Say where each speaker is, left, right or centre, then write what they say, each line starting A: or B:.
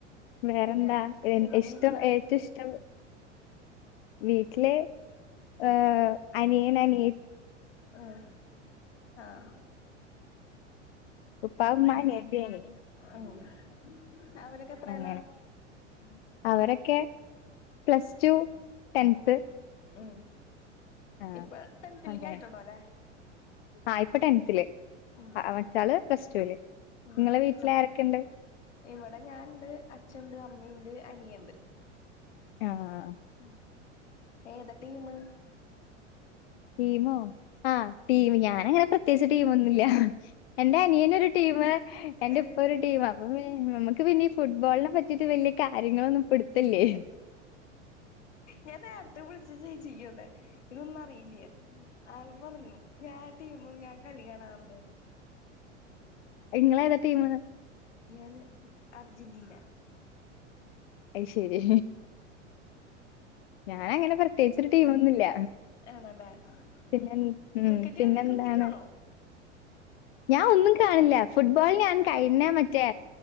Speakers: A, on the left; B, on the left.
A: വേറെന്താ
B: പിന്നെ സുഖം
A: ഇഷ്ടം
B: വീട്ടിലാരൊക്കെയുണ്ട്
A: ഏറ്റവും ഇഷ്ടം വിട്ടില്ഏഹ് അനിയൻ അനിയ
B: ഉം ആഹ്
A: ഉപ്പ ഉമ്മ അനിയത്തി അനിയൻ ഉം.
B: ഉം അവരക്ക എത്രേല്ല
A: അങ്ങനെ അവരൊക്കെ പ്ലസ് ടു ടെൻത്ത്
B: ഉം ഉം
A: ആഹ്
B: ഇപ്പ ടെൻതിലേക്ക്
A: അങ്ങനെ
B: ആയിട്ടൊള്ളു അല്ലെ
A: ആഹ് ഇപ്പൊ ടെൻത്തില്ല്
B: ഉം
A: മറ്റാള് പ്ലസ്ടുല്
B: ഉം
A: നിങ്ങളെ വീട്ടില്
B: അപ്
A: ആരൊക്കെണ്ട്
B: ഇവിടെ ഞാൻണ്ട് അച്ഛൻ ണ്ട് അമ്മയിണ്ട് അനിയണ്ട്
A: ആഹ് ആഹ് ആഹ്
B: ഉം ഏത ടീമ്
A: ടീമോ ആഹ് ടീം ഞാനങ്ങനെ പ്രത്യേകിച്ച് ടീമൊന്നും ഇല്ല എന്റെ അനിയനൊരു ടീം എന്റെ
B: ഏഹ്
A: ഇപ്പ ഒരു ടീം അപ്പ നമുക്ക് പിന്നെ ഈ ഫുട്ബോളിനെ പറ്റിയിട്ട് വലിയ കാര്യങ്ങളൊന്നും പിടുത്തല്ലേ
B: ഇല്യ ഞാൻ നേര ത്ത് വിളിച്ചച്ച് ചേച്ചിക്ക് അതെ ഇതൊന്നും അറിയില്ല ആളും പറഞ്ഞു ഞാൻ ടീമും ഞാൻ കളി കാണാറില്ലേന്ന്
A: അത് ഇങ്ങളേത ടീമ്
B: ഞാന് അർജന്റീന
A: അയ്‌ശരി ഞാന് അങ്ങനെ പ്രത്യേകിചൊരു ടീമ ഒന്നുല്ല
B: ആണല്ലേ
A: പിന്നെ
B: ഉം
A: ഉം
B: ക്രിക്കറ്റ്
A: പിന്നെ എന്താണ്
B: ക്രിക്കറ്റ് കാണോ
A: ഞാൻ ഒന്നും കാണില്ല ഫുട്ബോൾ
B: അങ്ങനത്തെ
A: ഞാൻ
B: ഒന്നും
A: കഴിഞ്ഞ
B: കാണോ
A: മറ്റേ